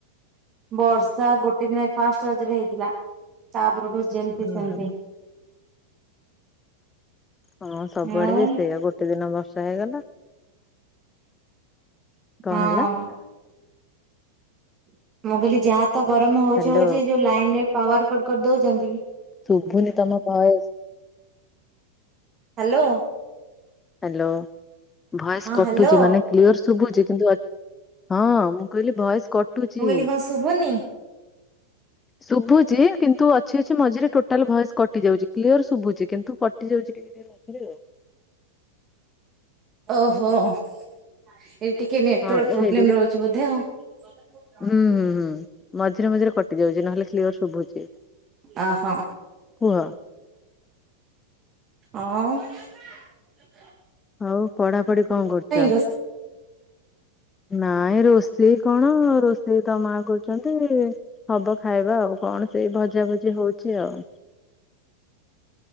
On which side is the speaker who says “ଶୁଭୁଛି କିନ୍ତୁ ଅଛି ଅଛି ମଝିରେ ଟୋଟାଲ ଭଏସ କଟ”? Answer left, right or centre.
Left